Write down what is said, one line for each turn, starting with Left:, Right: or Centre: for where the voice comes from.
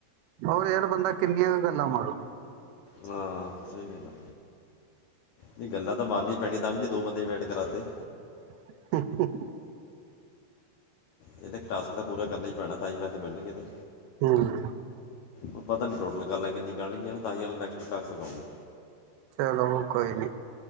Right: ਹੋਰ ਯਾਰ ਬੰਦਾ ਕਿੰਨੀਆਂ ਕੁ ਗੱਲਾਂ ਮਾਰੋ।
Left: ਹਾਂ ਸਹੀ ਗੱਲ ਆ। ਨਹੀਂ ਗੱਲਾਂ ਤਾਂ ਮਾਰਨੀ ਪੈਣੀ ਤਾਂ ਵੀ ਜੇ ਦੋ ਬੰਦੇ ਵੈਟ ਕਰਾਤੇ।
Right: <unintelligible> <unintelligible>
Left: ਇਹਦੇ ਟਾਸਕ ਤਾਂ ਪੂਰਾ ਕਰਨਾ ਹੀ ਪੈਣਾ ਤਾਂ ਹੀ ਪੈਸੇ ਮਿਲਣਗੇ ਇਹਦੇ।
Right: ਹਮ।
Left: ਹੁਣ ਪਤਾ ਨੀ ਟੋਟਲ ਕਾਲਾਂ ਕਿੰਨੀ ਕੁ ਆਣਗੀਆਂ ਤਾਂ ਹੀ ਨੈਕਸਟ ਟਾਸਕ ਆਉਗਾ।
Right: ਚਲੋ ਕੋਇ ਨੀ।